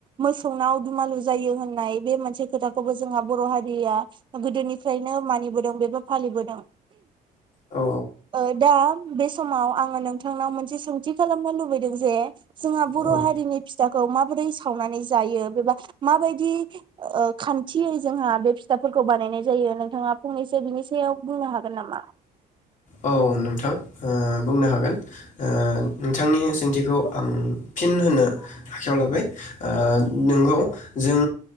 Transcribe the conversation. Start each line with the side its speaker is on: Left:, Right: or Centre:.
Right: मोसौनाव। दुमालु जायो होननाय बे मोनसे खोथाखौबो जोंहा बर' हारिया गोदोनिफ्रायनो मानिबोदों बेबा फालिबोदों
Left: औ
Right: ओ दा बे समाव आङो नोंथांनाव मोनसे सोंथि खालामनो लुबैदों जे जोंहा बर'
Left: औ औ
Right: हारिनि फिथाखौ माबोरै सावनानै जायो बेबा। माबायदि ओ खान्थियै जोंहा बे फिथाफोरखौ बानायनाय जायो नोंथाङा फंनैसो बिनि सायाव बुंनो हागोन नामा?
Left: औ नोंथां ओ बुंनो हागोन ओ नोंथांनि सोंथिखौ आं फिन होनो आखायाव लाबाय नोंगौ जों